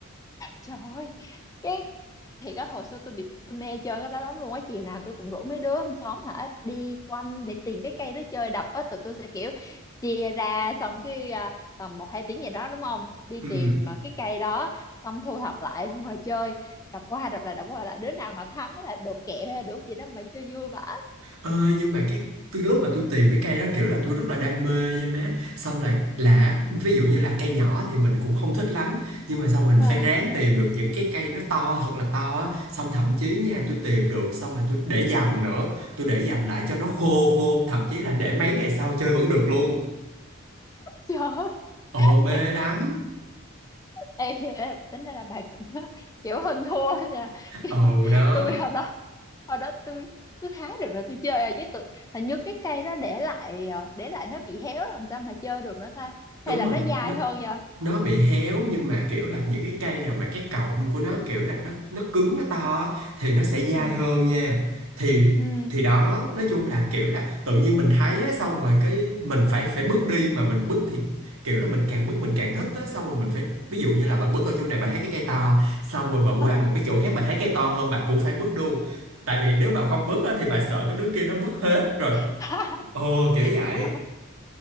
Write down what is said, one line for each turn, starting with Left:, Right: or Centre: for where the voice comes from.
Left: Trời ơi, cái thiệt á hồi xưa tôi bị tôi mê chơi cái đó lắm luôn á, chiều nào tôi cũng rủ mấy đứa trong xóm hả đi quanh để tìm cái cây đó chơi đập á tụi tôi sẽ kiểu chia ra xong cái à, tầm một hai tiếng gì đó đúng không? Đi
Right: ừ
Left: tìm à, cái cây đó xong thu thập lại xong rồi chơi, đập qua đập lại đập qua lại đứa nào mà thắng là được kẹo hay là được gì đó mà chơi vui vãi.
Right: Ờ, nhưng mà cái từ lúc mà tôi tìm cái cây đó kiểu là tôi rất là đam mê nha má xong là là ví dụ như là cây nhỏ thì mình cũng không thích lắm nhưng mà xong mình
Left: À,
Right: phải ráng tìm được những cái cây nó to thật là to á. xong thậm chí nha tôi tìm được xong mà tôi để dành nữa tôi để dành lại cho nó khô khô thậm chí là để mấy ngày sau chơi vẫn được luôn
Left: trời ơi.
Right: ồ
Left: <laughs>
Right: mê lắm
Left: Ê, tính ra là bà cũng <laughs> kiểu hơn thua nha kiểu
Right: ồ đó
Left: tôi hồi đó hồi đó tôi cứ hái được rồi tôi chơi à chứ tôi hình như cái cây đó để lại ờ, để lại nó bị héo rồi làm sao mà chơi được nữa ta
Right: đúng
Left: hay là
Right: rồi
Left: nó dai
Right: nó
Left: hơn nhờ
Right: nó bị héo nhưng mà kiểu là những cái cây nào mà cái cọng của nó kiểu là nó nó cứng nó to á, thì nó sẽ dai
Left: ừ
Right: hơn nha thì
Left: ừ
Right: thì đó nói chung là kiểu là tự nhiên mình thấy á, xong rồi cái mình phải phải bước đi mà mình bước thì kiểu là mình càng bước mình càng thích á, xong rồi mình phải ví dụ như là bà bước ở chỗ này bà thấy cái cây to xong rồi bà qua
Left: ừ
Right: một cái chỗ khác bà thấy cây to hơn bà cũng phải bước luôn tại vì nếu bà không bước á, thì bà sợ cái đứa kia nó bước hết rồi
Left: <laughs>
Right: ờ kiểu vậy
Left: đúng rồi